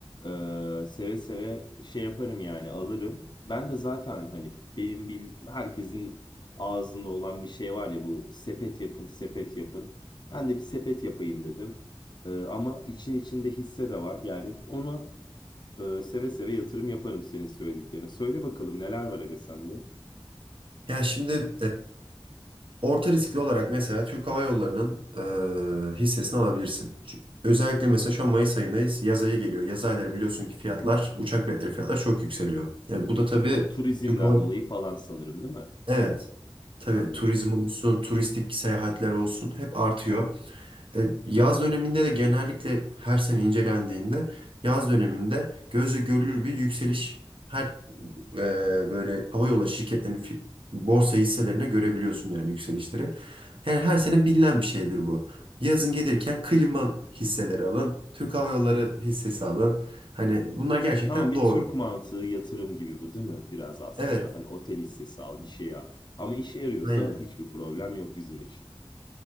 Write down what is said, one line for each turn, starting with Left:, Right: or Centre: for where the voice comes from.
Left: Ee, seve seve şey yaparım yani alırım. Ben de zaten hani benim bildiğim herkesin ağzında olan bir şey var ya bu sepet yapın sepet yapın. Ben de bir sepet yapayım dedim. Ee, ama için içinde hisse de var. Yani ona e, seve seve yatırım yaparım senin söylediklerine. Söyle bakalım neler var aga sende?
Right: Ya şimdi Orta riskli olarak mesela Türk Hava Yolları'nın eee, hissesini alabilirsin. Çünkü özellikle mesela şu an Mayıs ayındayız. Yaz ayı geliyor. Yaz ayları biliyorsun ki fiyatlar, uçak biletleri fiyatlar çok yükseliyor. Yani bu da tabii
Left: Bu turizmden
Right: Türk Hava
Left: dolayı falan sanırım değil mi?
Right: Evet. Tabii
Left: Anladım.
Right: turizm olsun, turistik seyahatler olsun hep artıyor. E, Yaz döneminde de genellikle her sene incelendiğinde yaz döneminde gözle görülür bir yükseliş her e, böyle havayolu şirketlerinin fi- borsa hisselerine görebiliyorsun yani yükselişleri. Yani her sene bilinen bir şeydir bu. Yazın gelirken klima hisseleri alın, Türk Hava Yolları hissesi alın. Hani bunlar gerçekten
Left: Tamam bir
Right: doğru.
Left: Türk mantığı yatırım gibi bu değil mi? Biraz aslında
Right: Evet,
Left: hani otel hissesi al bir şey al. Ama işe yarıyorsa
Right: aynen.
Left: hiçbir problem yok bizim için.